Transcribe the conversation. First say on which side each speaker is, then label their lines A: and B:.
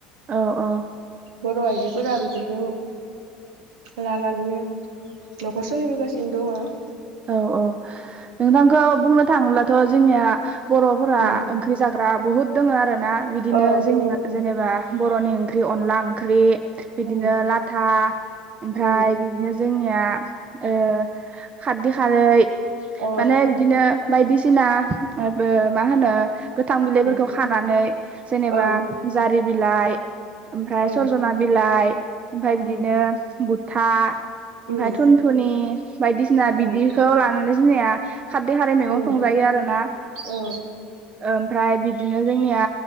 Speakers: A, on the right; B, on the right.
A: औ-औ
B: बर' आइजोफोरा बेफोरखौ लानानैनो न'खर सोलिबोगासिनो दङ
A: औ-औ नोंथांखौ बुंनो थाङोब्लाथ' जोंनिया बर'फोरा
B: उम
A: ओंख्रि जाग ग्रा बहुत दङ आ रोना बिदिनो
B: अ
A: जोंनि
B: दोङो
A: मा
B: उम
A: जेनेबा बर'नि ओंख्रि अनला ओंख्रि बिदिनो
B: उम
A: लाथा ओमफ्राय
B: उम
A: बिदिनो जोंनिया ओ खारदै खारै
B: अ
A: माने
B: खाथि
A: बिदिनो
B: खाला
A: बायदिसिना ओ बो मा होनो गोथां बिलाइफोरखौ
B: उम
A: खानानै जेनेबा
B: औ
A: जारि बिलाइ ओमफ्राय
B: औ
A: सरजना बिलाइ ओमफ्राय बिदिनो
B: उम
A: बुथा ओमफ्राय
B: उम
A: थुनथुनि <unintelligible> सिना बिदिखौ
B: उम
A: लानानै सिनाया खारदै खारै मैगं
B: उम
A: संजायो आरोना
B: औ
A: ओमफ्राय बिदिनो जोंनिया